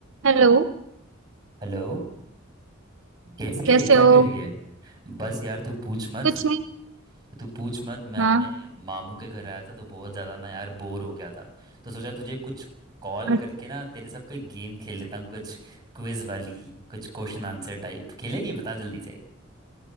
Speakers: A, on the right; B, on the right.
A: Hello
B: Hello कैसी
A: कैसे
B: है क्या
A: हो
B: कर रही है बस यार तू पूछ मत
A: कुछ नहीं
B: तू पूछ मत मैं
A: हाँ
B: अपने मामू के घर आया था तो बहुत ज़्यादा ना यार बोर हो गया था तो सोचा तुझे कुछ कॉल करके
A: अच्छ-
B: ना तेरे साथ कोई गेम खेल लेता हूँ कुछ क्विज वाली कुछ क्वेश्चन आंसर टाइप खेलेगी बता जल्दी से